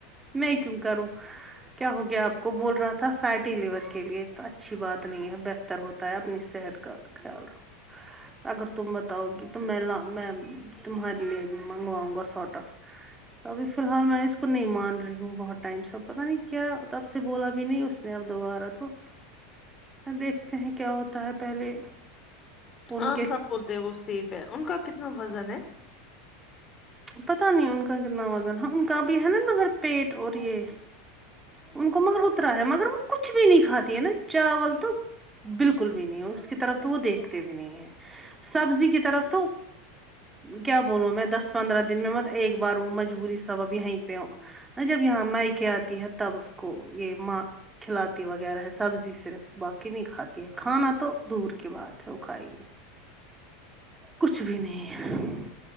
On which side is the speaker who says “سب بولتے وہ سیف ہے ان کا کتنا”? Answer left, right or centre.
Left